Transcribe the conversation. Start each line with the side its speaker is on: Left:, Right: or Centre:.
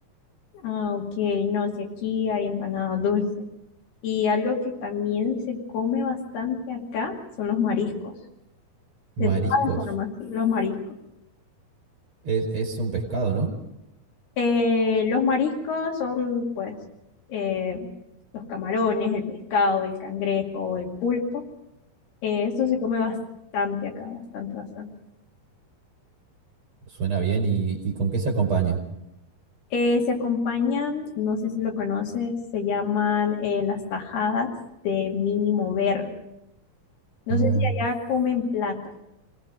Left: ah, ok, no, si aquí hay empanada dulce. Y algo que también se come bastante acá son los mariscos,
Right: Mariscos,
Left: de todas las formas, sí, los mariscos.
Right: es, es un pescado, ¿no?
Left: Eh, los mariscos son pues eh, los camarones, el pescado, el cangrejo, el pulpo. Eh, esto se come bastante acá, bastante, bastante.
Right: Suena bien, ¿y, y con qué se acompaña?
Left: Eh, se acompañan, no sé si lo conoces, se llaman eh, las tajadas de mínimo verde. No
Right: Ah,
Left: sé si allá comen plata.